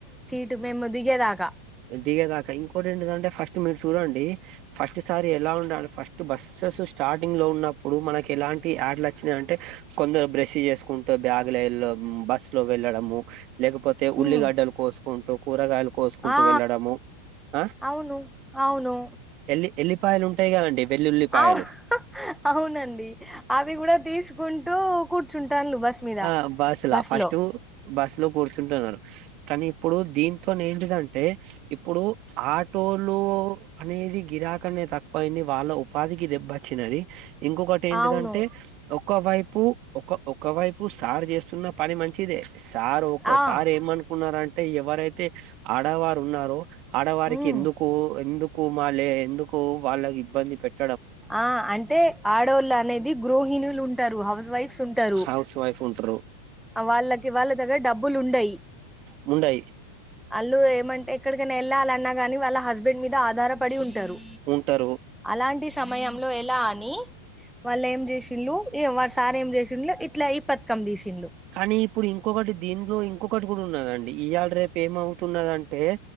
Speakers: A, in the centre; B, on the right.
A: అంటే మేము దిగేదాకా
B: దిగేదాకా ఇంకోటి ఏంటంటే ఫస్ట్ మీ చూడండి ఫస్ట్ సారి ఎలా ఉండ లో ఫస్ట్ బస్సెస్ స్టార్టింగ్ లో ఉన్నప్పుడు మనకి ఎలాంటి బ్యాడ్ల్ వచ్చినీ అంటే కొందరు బ్రష్ చేసుకుంటూ బ్యాగ్ లో వెళ్ళడం బస్సు లో వెళ్ళడము లేకపోతే ఉల్లిగడ్డలు
A: ఉమ్
B: కోసుకుంటూ కూరగాయలు కోసుకుంటూ
A: ఆ
B: వెళ్ళడము ఆ
A: అవును అవును
B: ఎల్లి ఎల్లిపాయలు ఉంటాయిగా అండి వెల్లుల్లి పాయలు
A: అవు అవునండి అవి కూడా తీసుకుంటూ కూర్చుంటాను బస్ మీద
B: ఆ బస్సులా
A: బస్
B: ఫస్ట్
A: లో
B: బస్ లో కూర్చుంటున్నారు కానీ ఇప్పుడు దీని ఏంటిదంటే ఇప్పుడు ఆటోలు అనేది గిరాకనే తక్కువయింది వాళ్ళ ఉపాధికి దెబ్బచ్చినది ఇంకొకటి ఏంటిదంటే
A: అవును
B: ఒక వైపు ఒక ఒక వైపు సారు చేస్తున్న పని మంచిదే సార్ ఒక
A: ఆ
B: సార్ ఏమనుకున్నారంటే ఎవరైతే ఆడవారు ఉన్నారో ఆడవారికి
A: ఉమ్
B: ఎందుకు ఎందుకు మళ్ళి ఎందుకు వాళ్ళకి ఇబ్బంది పెట్
A: ఆ అంటే ఆడళ్ళు అనేది గృోహిణులు ఉండ టారు హౌస్ వైఫ్స్ ఉంటారు
B: హౌస్ వైఫ్ ఉంటారు
A: వాళ్ళకి వాళ్ళ దగ్గర డబ్బులు ఉండయి
B: ముండయి
A: వాళ్ళు ఏమంటే ఎక్కడికైనా వెళ్ళాలన్నా గాని వాళ్ళ హస్బెండ్ మీద ఆధారపడి ఉంటు టరు
B: ఉంటారు
A: అలాంటి సమయంలో ఎలా అని వాళ్ళు ఏం చేసిళ్లు వాళ సార్ ఏం చేసిళ్లు ఇట్లా పథకం తీసిండ్లు
B: కానీ ఇప్పుడు ఇంకొకటి దీంట్లో ఇంకొక ఒకటి కూడా ఉన్నదండి ఈవాళ రేపు ఏమవుతున్నదంటే